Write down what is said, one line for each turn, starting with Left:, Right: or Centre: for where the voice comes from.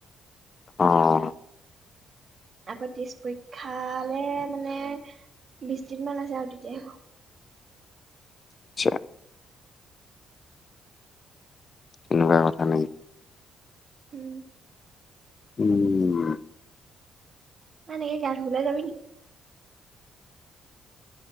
Left: আহ।
Right: আকৌ ত্ৰিশ পৰীক্ষালে মানে বিশ দিন মান আছে আৰু তেতিয়া আহিব।
Left: আচছা। তেনেকুৱা কথা নেকি?
Right: উম।
Left: উম।
Right: ম নেকি গা বোল যাবি নেকি?